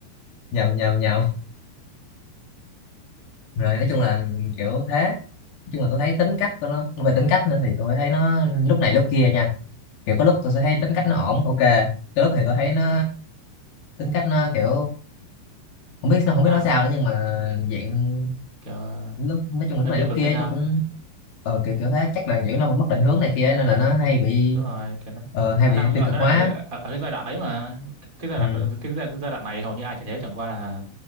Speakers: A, on the left; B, on the right.
A: nhầm nhầm nhầm rồi nói chung là kiểu thế Nói chung là tôi thấy tính cách của nó về tính cách nữa thì tôi thấy nó lúc này lúc kia nha kiểu có lúc tôi sẽ thấy tính
B: ừ
A: cách nó ổn ok cái lúc thì tôi thấy nó tính cách nó kiểu không biết không biết
B: sao
A: nói sao nữa nhưng mà dạng
B: kiểu ờ,
A: lúc nói chung
B: hơi
A: là lúc này
B: tiêu
A: lúc
B: cực
A: kia
B: hay
A: ấy,
B: sao
A: tôi cũng ờ, kiểu kiểu thấy chắc là kiểu nó mất định hướng này kia nên là nó hay bị
B: đúng rồi cái nó
A: ờ, hay bị
B: nó đang
A: tiêu
B: ở-
A: cực
B: nó
A: hóa
B: đang ở, cái- ở, ở cái giai đoạn đấy mà cái giai
A: ừ.
B: đoạn cái giai, giai đoạn này hầu như ai chả thế chẳng qua là